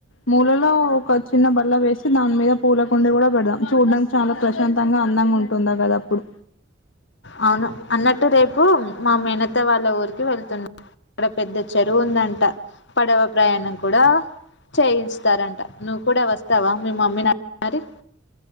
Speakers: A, on the left; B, on the left.
A: మూలలో ఒక చిన్న బల్ల వేసి దాని మీద పూలకుండి కూడా పెడదాం చూడడానికి చాలా ప్రశాంతంగా అందంగా ఉంటుంది ఆగదప్పుడు
B: అవును అన్నట్టు రేపు మా మేనత్త వాళ్ వాళ్ళ ఊరికి వెళ్తున్నాం అక్కడ పెద్ద చెరువు ఉందంట పడవ ప్రయాణం కూడా చేయిస్తారంట నువ్వు కూడా వస్త్ వస్తావా మీ మమ్మీ నడిగి మరి